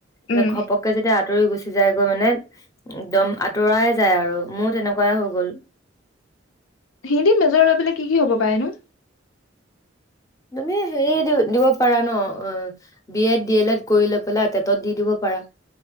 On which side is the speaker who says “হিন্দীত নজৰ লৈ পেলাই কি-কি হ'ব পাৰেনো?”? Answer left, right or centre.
Left